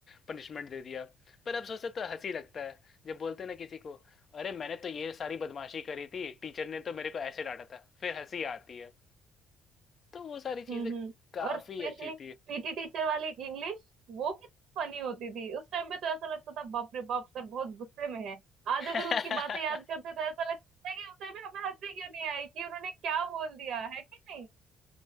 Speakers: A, on the left; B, on the right.
A: पनिशमेंट दे दिया पर अब सोचते तो हंसी लगता है जब बोलते हैं ना किसी को अरे मैंने तो ये सारी बदमाशी करी थी टीचर ने तो मेरे को ऐसे डांटा था फिर हंसी आती है तो वो सारी चीज़ें
B: हम्म हम्म
A: काफ़ी
B: और स्पेशली
A: अच्छी थी
B: पीटी टीचर वाली इंग्लिश वो कितनी फनी होती थी उस टाइम पे तो ऐसा लगता था बाप रे बाप सर बहुत गुस्से में है आज
A: <laughs>
B: अगर उनकी बातें याद करते तो ऐसा लगता है कि उस टाइम पे हमें हंसी क्यों नहीं आई कि उन्होंने क्या बोल दिया है कि नहीं